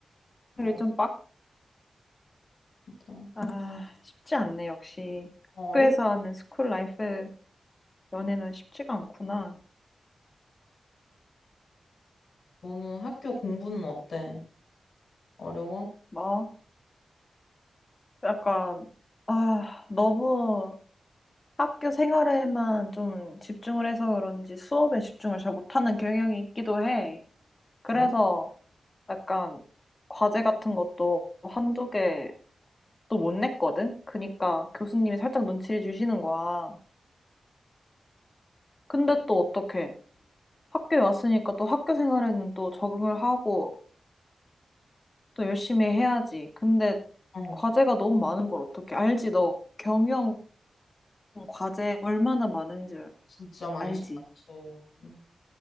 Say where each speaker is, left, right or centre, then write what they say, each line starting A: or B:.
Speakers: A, on the left; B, on the left.
A: 어,
B: 좀 빡,
A: 진짜.
B: 아, 쉽지 않네, 역시.
A: 어,
B: 학교에서
A: 어려워.
B: 하는 스쿨 라이프 연애는 쉽지가 않구나.
A: 너는 학교 공부는 어때? 어려워?
B: 막 약간 아 너무 학교 생활에만 좀 집중을 해서 그런지 수업에 집중을 잘 못하는 경향이 있기도 해. 그래서
A: 그래?
B: 약간 과제 같은 것도 한두 개 또 못 냈거든. 그러니까 교수님이 살짝 눈치를 주시는 거야. 근데 또 어떻게 학교에 왔으니까 또 학교 생활에는 또 적응을 하고 또 열심히 해야지. 근데
A: 어,
B: 과제가 너무 많은 걸 어떻게 알지? 너 경영 과제 얼마나 많은지
A: 진짜 많지,
B: 알지?
A: 많지. 응,